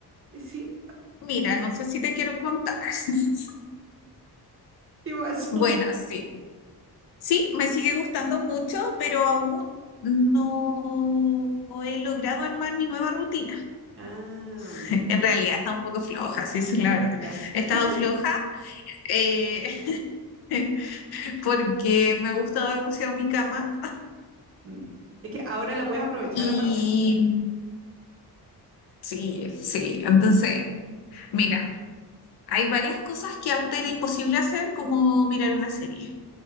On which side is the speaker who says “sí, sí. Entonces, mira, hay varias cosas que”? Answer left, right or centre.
Left